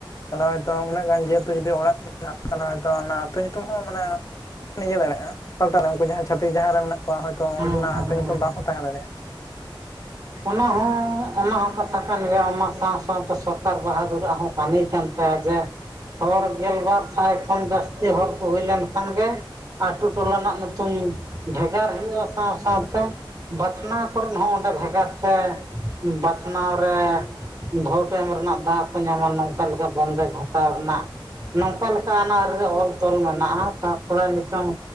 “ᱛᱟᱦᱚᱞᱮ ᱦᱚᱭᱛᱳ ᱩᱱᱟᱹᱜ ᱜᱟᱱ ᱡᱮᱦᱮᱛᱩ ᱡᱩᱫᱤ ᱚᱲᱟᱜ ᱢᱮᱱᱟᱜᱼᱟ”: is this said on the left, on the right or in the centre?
Left